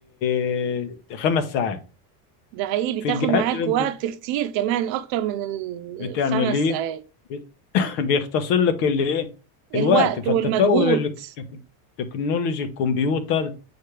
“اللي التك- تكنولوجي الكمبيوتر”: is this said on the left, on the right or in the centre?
Left